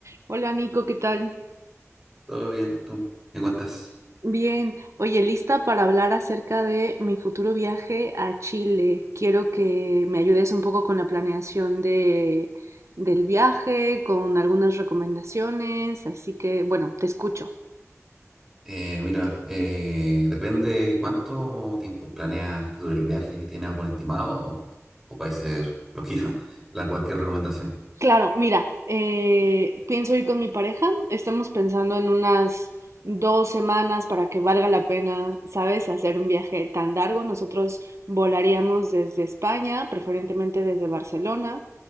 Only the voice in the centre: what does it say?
Todo bien, tú. ¿Me cuentas?
Eh, mira, eh, depende cuánto tiempo planeas que dure el viaje. ¿Tiene algún estimado? O, o puede ser lo que yo- <laughs> la cualquier recomendación.